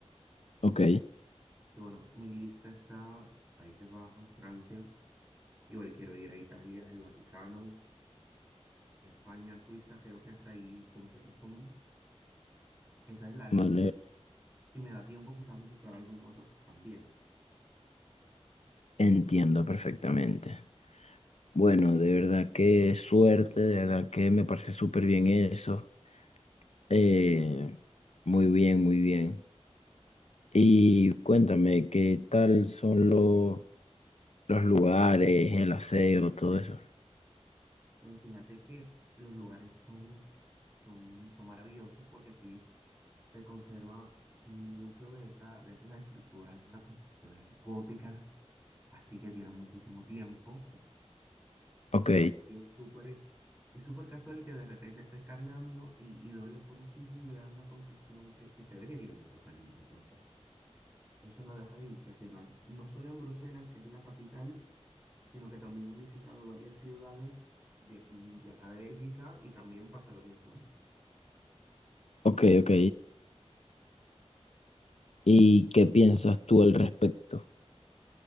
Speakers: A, on the left (about 70°); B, on the right (about 20°).
A: Ok,
B: Y bueno, mi lista está Países Bajos, Francia, igual quiero ir a Italia, el Vaticano, España, Suiza, creo que hasta ahí como que no son, esa es la lista.
A: vale,
B: Si me da tiempo quizás visitar algún otro, pues también.
A: entiendo perfectamente. Bueno, de verdad que suerte, de verdad que me parece súper bien eso. Eh, muy bien, muy bien. Y cuéntame, ¿qué tal son lo- los lugares, el aseo, todo eso?
B: Pero fíjate que los lugares son, son, son maravillosos porque aquí se conserva mucho de esa, de esas estructuras, esas construcciones góticas, así que tienen muchísimo tiempo
A: Ok,
B: y es y es súper es súper casual que de repente estés caminando y, y dobles por un sitio y veas una construcción que, que se ve que tiene muchos años. Entonces, eso no deja de impresionar, no solo en Bruselas, que es la capital, sino que también he visitado varias ciudades de aquí, de acá de Bélgica, y también pasa lo mismo.
A: ok, ok. ¿Y qué piensas tú al respecto?